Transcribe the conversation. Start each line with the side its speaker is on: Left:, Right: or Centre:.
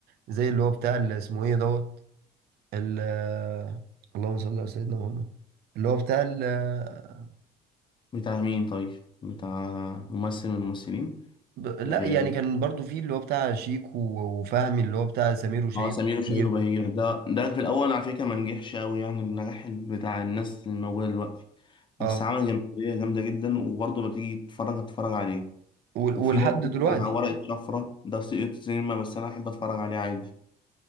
Right: زي اللي هو بتاع اللي اسمه ايه دوت ال- آه، اللهم صل على سيدنا محمد اللي هو بتاع ال- آه،
Left: بتاع مين طيب بتاع ممثل من الممثلين
Right: ب- لا
Left: اه
Right: يعني كان برضو في اللي هو بتاع شيكو وفهمي اللي هو بتاع سمير وشهير
Left: آه، سمير
Right: وبهير
Left: وشهير وبهير ده ده في الاول على فكره ما نجحش قوي يعني النجاح بتاع الناس الموجوده دلوقتي بس
Right: اه
Left: عمل جماهيريه جامده جدا وبرضه بتيجي تتفرج تتفرج عليه
Right: وال-
Left: وفي
Right: ولحد
Left: برضه بتاع
Right: دلوقتي
Left: ورقة شفرة ده سقط سينما بس أنا أحب أتفرج عليه عادي